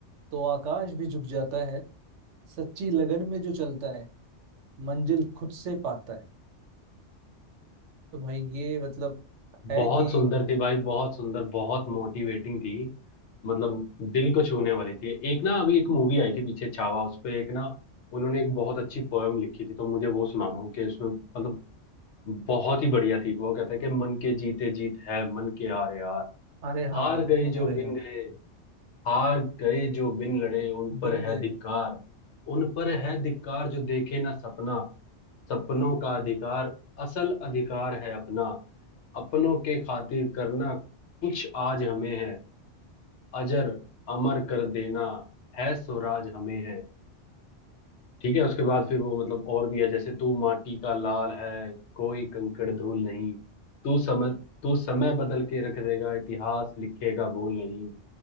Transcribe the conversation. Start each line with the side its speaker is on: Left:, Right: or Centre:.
Right: तो आकाश भी झुक जाता है सच्ची लगन में जो चलता है मंजिल खुद से पाता है तो भाई ये मतलब है
Left: बहुत
Right: कि
Left: सुंदर थी भाई बहुत सुंदर बहुत मोटिवेटिंग थी मतलब दिल को छूने वाली थी एक ना अभी एक मूवी आई थी पीछे छावा उस पे एक ना उन्होंने एक बहुत अच्छी पोयम लिखी थी तो मुझे वो सुनाना हूँ कि उसमें मतलब बहुत ही बढ़िया थी वो कहता है कि मन के जीते जीत है मन के हारे हार
Right: अरे हार
Left: हार
Right: हाँ
Left: गए जो
Right: हाँ भाई
Left: बिन
Right: हाँ
Left: गए हार गए जो बिन लड़े उन पर
Right: बिन
Left: है
Right: गए
Left: धिक्कार उन पर है धिक्कार जो देखे ना सपना सपनों का अधिकार असल अधिकार है अपना अपनों के खातिर करना कुछ आज हमें है अजर अमर कर देना है स्वराज हमें है ठीक है उसके बाद फिर वो मतलब और भी है जैसे तू माटी का लाल है कोई कंकड़ धूल नहीं तू समय तू समय बदल के रख देगा इतिहास लिखेगा भूल नहीं